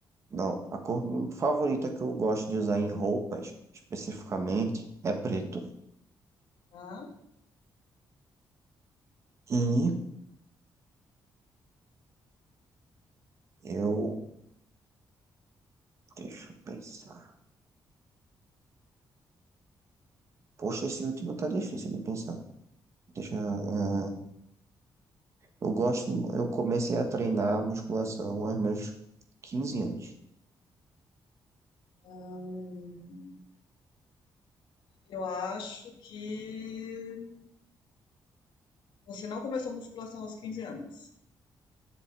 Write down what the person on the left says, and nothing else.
tá.
Hum, eu acho que você não começou musculação aos 15 anos.